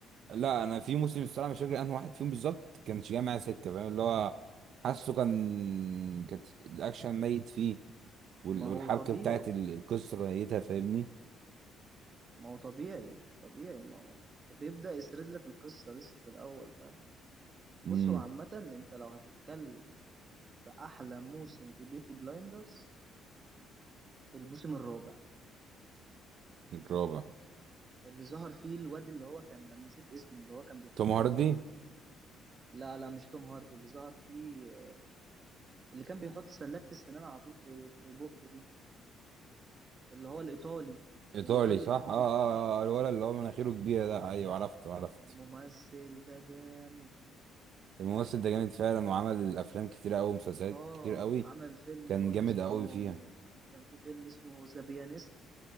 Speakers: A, on the right; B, on the right.
A: لا انا في موسم الصراحه مش فاكر انه واحد فيهم بالظبط كانش جاي معايا سكه فاهم اللي هو حاسه كان كانت الاكشن ميت فيه وال-
B: ما هو
A: والحبكه
B: طبيعي
A: بتاعت ال- القصه ميتها فاهمني
B: ما هو طبيعي طبيعي ما هو وبيبدأ يسرد لك القصة لسه في الأول فاهم بص
A: امم
B: هو عامة أنت لو هتتكلم في أحلى موسم في بيكي بلايندرز الموسم الرابع
A: الرابع
B: اللي ظهر فيه الواد اللي هو كان أنا نسيت اسمه اللي هو كان بيحط
A: توم هاردي
B: ال... لا لا مش توم هاردي اللي ظهر فيه اللي كان بيحط سلاكة السنان على طول في في بقه دي اللي هو الإيطالي
A: الايطالي
B: الإيطالي اللي
A: صح اه اه اه الولد
B: كان
A: اللي هو مناخيره كبيره ده ايوه عرفته عرفته
B: ممثل ده جامد
A: الممثل ده جامد فعلا وعمل افلام كتير قوي ومسلسلات
B: اه
A: كتير قوي
B: عمل فيلم
A: كان
B: برضه
A: جامد
B: اسمه
A: قوي فيها
B: كان في فيلم اسمه ذا بيانيست